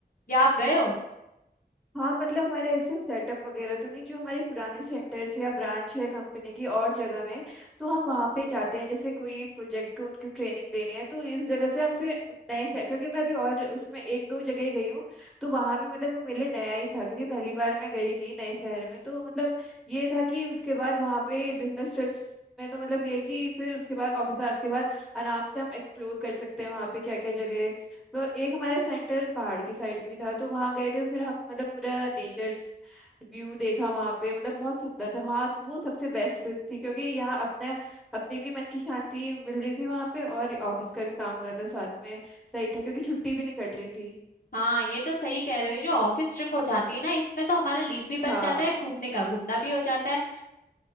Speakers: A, on the left (about 55°); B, in the centre.
A: या आप गए हो
B: हाँ मतलब हमारे ऐसे सेटअप वगैरह तो नहीं जो हमारे पुराने सेंटर्स या ब्रांच है कंपनी की और जगह में तो हम वहाँ पे जाते हैं जैसे कोई प्रोजेक्ट को उनको ट्रेनिंग देनी है तो इस जगह से हम फिर नए शहर क्योंकि मैं अभी और उसमें एक दो जगह ही गई हूँ तो वहाँ भी मतलब वो मेले नया ही था क्योंकि पहली बार मैं गई थी नए शहर में तो मतलब ये था कि उसके बाद वहाँ पे बिजनेस ट्रिप्स में तो मतलब ये है कि फिर उसके बाद ऑफिस आवर्स के बाद आराम से हम एक्सप्लोर कर सकते हैं वहाँ पे क्या क्या जगह है और एक हमारा सेंटर पहाड़ की साइड भी था तो वहां गए थे फिर हम मतलब पूरा नेचर व्यू देखा वहां पे मतलब बहुत सुंदर था वहां वो सबसे बेस्ट ट्रिप थी क्योंकि यहाँ अपने अपने भी मन की शांति मिल रही थी वहां पे और ऑफिस का भी काम हो रहा था साथ में सही था क्योंकि छुट्टी भी नहीं कट रही थी
A: हाँ ये तो सही कह रहे हो ये जो ऑफिस ट्रिप हो जाती है ना इसमें तो हमारा लीव भी बच
B: हाँ
A: जाता है घूमने का घूमना भी हो जाता है